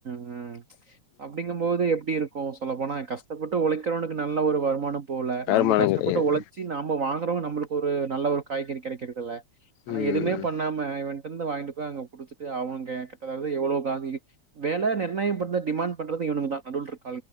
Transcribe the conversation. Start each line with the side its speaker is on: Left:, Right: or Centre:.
Right: அ அப்டிங்கம் போது எப்டி இருக்கு சொல்லப் போனா கஸ்ட்டப்பட்டு ஒழைக் க்கிறவனுக்கு நல்ல ஒரு வருமானம் போல
Left: வருமானம்
Right: நாம கஸ்டப்பட்டு
Left: கெடையாது
Right: ஒழச்சி நாம வாங்குறவங்க நம்ளுக் ஒரு நல்ல ஒரு காய்கறி கெடைக்கிறதில்ல ஆனா
Left: ம்
Right: எதுமே பண்ணாம இவன் ர்ந்து வாய்ன்ட்டுபோய் அங்க குடிச்சிட்டு அவுங் கேக்க அதாவ்து எவ்வளோ <unintelligible> வேல நிர்ணயம் பண்ற டிமாண்ட் பண்றது இவனுங்கதா நடுவுல்ருக்